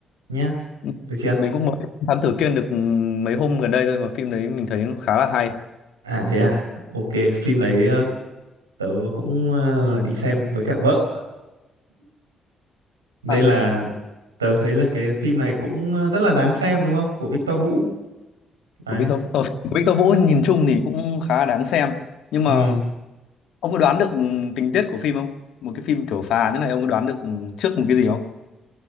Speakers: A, on the right; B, on the left.
A: nha.
B: Ừ.
A: Được chưa?
B: Mình cũng mới Thám Tử Kiên được mấy hôm gần đây thôi mà phim đấy mình thấy nó khá là hay.
A: À thế à. Ok, phim đấy ờ, tớ cũng ờ, là đi xem với cả vợ. Nên
B: À,
A: là tớ thấy là cái phim này cũng ờ, rất là đáng xem đúng không? Của Victor Vũ. Đấy.
B: Của Victor, ờ, của Victor Vũ nhìn chung thì cũng khá là đáng xem. Nhưng mà
A: Ừm,
B: ông có đoán được tình tiết của phim không? Một cái phim kiểu phá án thế này ông có đoán được trước một cái gì không?